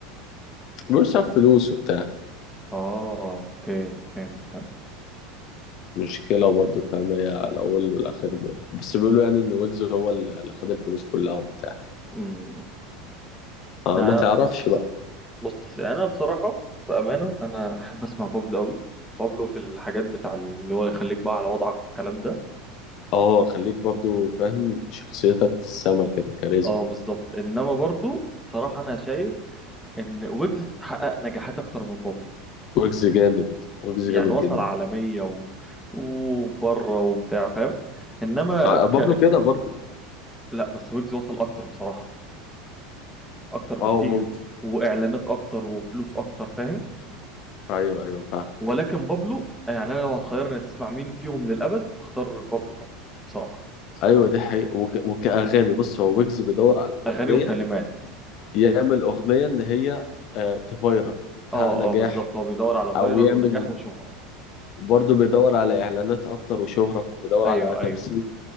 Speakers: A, on the left; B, in the centre.
A: بيقولوا عشان فلوس وبتاع
B: اه اوكي فهمت فهمت
A: مشكلة برضه فاهم هي الأول والأخير ب... بس بيقولوا يعني إن ويجز هو اللي خد الفلوس كلها وبتاع
B: امم
A: فما
B: أنا
A: تعرفش بقى
B: بص يعني انا بصراحه بامانه انا احب اسمع بابلو قوي بابلو في الحاجات بتاع اللي هو يخليك بقى على وضعك والكلام ده
A: اه خليك برضو فاهم شخصيتك في السما كده كاريزما
B: اه بالظبط انما برضو صراحه انا شايف ان ويجز حقق نجاحات اكتر من بابلو
A: ويجز جامد ويجز
B: يعني
A: جامد
B: وصل
A: جدا
B: عالميه و... وبره وبتاع فاهم انما
A: آه،
B: ك...
A: بابلو كده برضو
B: لا بس ويجز وصل اكتر بصراحه اكتر بكتير
A: اه ممكن
B: واعلانات اكتر وفلوس اكتر فاهم
A: ايوه ايوه فاهم
B: ولكن بابلو يعني انا لو هتخيرني تسمع مين فيهم للابد اختار بابلو طبعا بصراحه
A: ايوه دي حقيقة وك... وكأغاني بص هو ويجز بيدور على الأغنية
B: اغاني وكلمات
A: يعمل أغنية إن هي آه تفايرل تحقق
B: اه
A: نجاح
B: اه بالظبط هو بيدور على فايرال
A: أو يعمل
B: ونجاح وشهره
A: برضه بيدور على إعلانات أكتر وشهرة بيدور
B: ايوه
A: على
B: ايوه
A: تمثيل